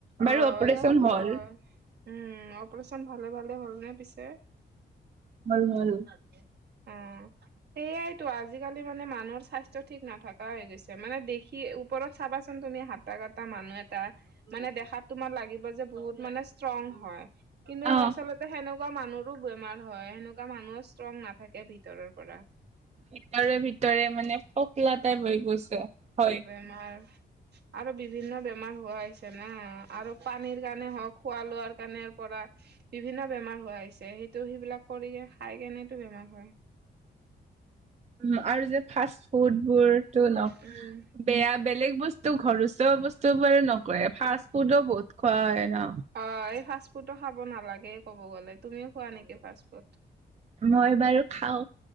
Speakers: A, on the right; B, on the right.
A: অ
B: বাৰু অপাৰেচন
A: এ হয়
B: হল।
A: উম' অপাৰেচন ভালে ভালে হ'ল নে পিছে?
B: হল হল।
A: উম',। সেইয়াইতো আজিকালি মানে মানুহৰ স্বাস্থ্য ঠিক নাথকা হৈ গৈছে মানে দেখি কি ওপৰত চাবাচোন তুমি হাতা কটা মানুহ এটা মানে দেখাত তোমাৰ লাগিব যে বহুত মানে ষ্ট্ৰং হয়। কিন্তু
B: অ',
A: আচলতে সেনেকুৱা মানুহৰো বেমাৰ হয় সেনেকুৱা মানুহো ষ্ট্ৰং নাথাকে ভিতৰৰ পৰা
B: ভিতৰে ভিতৰে মানে ফকলা টাই হৈ গৈছে হয়
A: আমাৰ আৰু বিভিন্ন বেমাৰ হোৱা হৈছে ন আৰু পানীৰ কাৰণে হওক খোৱা লোৱাৰ কাৰণে পৰা বিভিন্ন বেমাৰ হোৱা আহিছে সেইটো সেইবিলাক কৰি খাই কেনেতো বেমাৰ হয়
B: উ আৰু যে ফাষ্ট ফুড বোৰ টো ন
A: উম
B: বেয়া বেলেগ বস্তু ঘৰচা বস্তু ব বু নকৰে ফাষ্ট ফুডো বহুত খোৱা হয় ন।
A: অ এই ফাষ্টফুডটো খাব নালাগে ক'ব গলে তুমিও খোৱা নেকি ফাষ্টফুড
B: মই বাৰু খাও